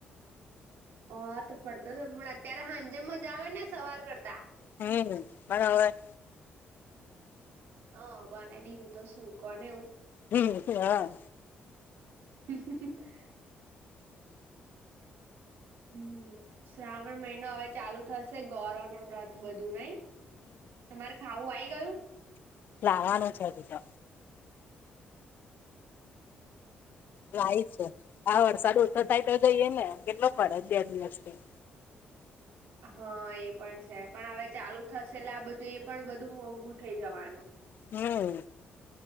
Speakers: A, on the right (about 85°); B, on the left (about 60°).
A: હ તો પડતો જ પણ અત્યારે સાંજે મજા આવે ને સવાર કરતા.
B: હમ બરાબર
A: હ બને દીધું તો શું કોને એવું
B: હમ હા
A: હ હમ શ્રાવણ મહિનો હવે ચાલુ થશે ગૌરવ ના વ્રત બધું નય? તમારે ખાવું આવીઈ ગયું?
B: લવાનું છે હજીતો. લાય છે, આ વરસાદ ઓછો થાય તો જઈએે ને કેટલો પડે બે દિવસથી.
A: હા એ પણ છે, પણ ચાલુ થશે આ બધું એ પણ બધું મોંઘુ થઇ જવાનું.
B: હમ